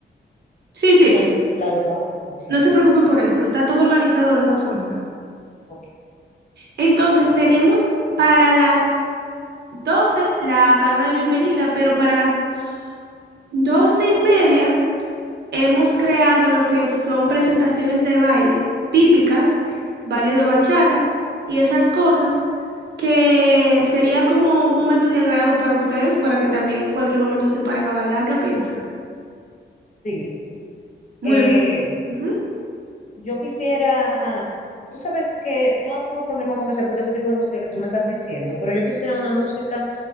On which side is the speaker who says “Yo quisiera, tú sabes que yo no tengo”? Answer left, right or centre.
Left